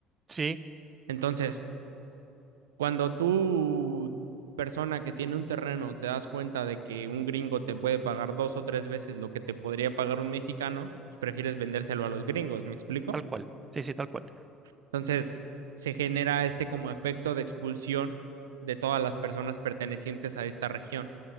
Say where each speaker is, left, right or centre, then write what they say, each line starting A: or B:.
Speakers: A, on the right; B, on the right.
A: Sí,
B: Entonces, cuando tú, persona que tiene un terreno, te das cuenta de que un gringo te puede pagar dos o tres veces lo que te podría pagar un mexicano, pues prefieres vendérselo a los gringos, ¿me explico?
A: tal cual. Sí, sí, tal cual.
B: Entonces, se genera este como efecto de expulsión de todas las personas pertenecientes a esta región.